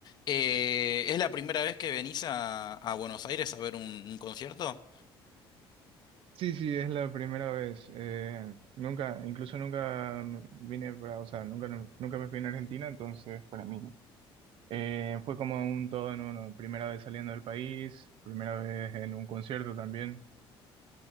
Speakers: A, on the left; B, on the right.
A: Eh, ¿es la primera vez que venís a, a Buenos Aires a ver un un concierto?
B: Sí, sí, es la primera vez, eh, nunca, incluso nunca vine para, o sea, nunca, nunca me fui en Argentina, entonces para mí eh, fue como un todo en uno, primera vez saliendo del país, primera vez en un concierto también.